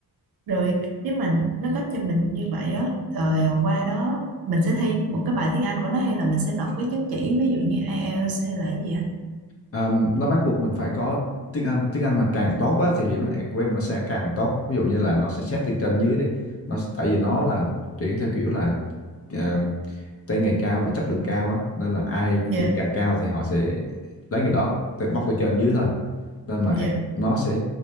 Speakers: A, on the right; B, on the left.
A: Rồi nếu mà nó cấp cho mình như vậy đó, rồi qua đó mình sẽ thi một cái bài tiếng Anh của nó hay là mình sẽ nộp cái chứng chỉ ví dụ như IELTS hay là cái gì anh?
B: À, nó bắt buộc mình phải có tiếng Anh tiếng Anh mà càng tốt á thì điểm này của em nó sẽ càng tốt ví dụ như là nó sẽ xét từ trên dưới đi nó tại vì nó là tuyển theo kiểu là ờ, tay nghề cao và chất lượng cao á nên là ai
A: Dạ,
B: điểm càng cao thì họ sẽ lấy người đó từ bóc từ trên dưới thôi nên mà
A: dạ.
B: e- nó sẽ